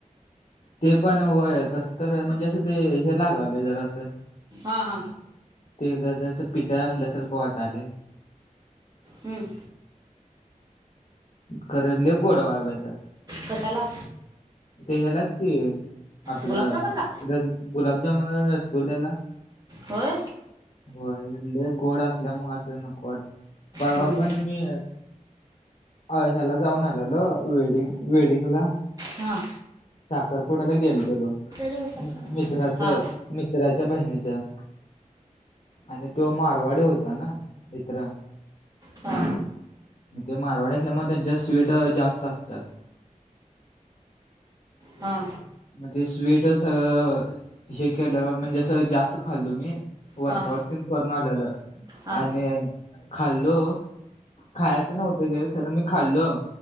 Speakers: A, on the left; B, on the right.
A: ते पण होय कस तर म्हणजे असं ते हे लागालय जरासं
B: हा हा.
A: ते जजस पिठा असल्या सारख वाटालय.
B: हम्म.
A: खर लय गोडवा हाय बाई त्यात.
B: कशाला?
A: ते ह्यालाच की आपलं
B: गुलाबजामुनला
A: रस गुलाबजामुन रसगुल्याला
B: होय
A: होय ले गोड असल्यामुळे असे नको वा परवा
B: हम्म
A: पण मी अ ह्याला जाऊन आलेलो वेडिंग वेडिंगला.
B: हां.
A: साखरपुड्याला गेलतलो
B: पेपर
A: मित्राच
B: हा
A: मित्राच्या बहिणीच्या. आणि तो मारवाडी होता ना मित्र.
B: हा
A: मग ते मारवाडी असल्यामुळ त्यांच्यात स्वीट जास्त असतात.
B: हा.
A: मणजे स्वीट सगळं हे केलं म्हणजे अस जास्त खाल्लो मी. वर्कआउट
B: हा
A: तेन करून आलेलं
B: हा
A: आणि खाल्लो खायचं नव्हत ग खर मी खाल्लो.